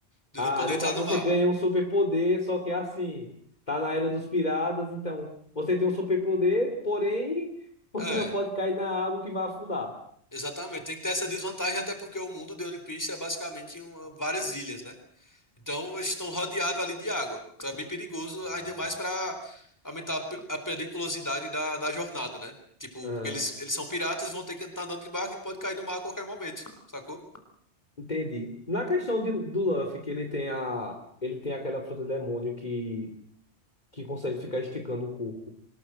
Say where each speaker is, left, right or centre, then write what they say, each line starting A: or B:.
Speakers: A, on the left (about 15°); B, on the left (about 40°).
A: De
B: ah,
A: não poder
B: no
A: entrar
B: caso
A: no
B: você
A: mar.
B: ganha um superpoder, só que é assim, tá na era dos piratas, então você tem um superpoder, porém <laughs> você
A: É,
B: não pode cair na água que vai afundar.
A: exatamente. Tem que ter essa desvantagem até porque o mundo de One Piece é basicamente uma- várias ilhas, né? Então, eles estão rodeados ali de água. Então, é bem perigoso,
B: Ah,
A: ainda mais para aumentar a pe- a periculosidade da, da jornada, né? Tipo,
B: ah,
A: porque eles, eles são piratas, vão ter que estar andando de barco e pode cair no mar a qualquer momento, sacou?
B: Entendi. Na questão de- do Luffy, que ele tem a, ele tem aquela fruta demônio que, que consegue ficar esticando o corpo.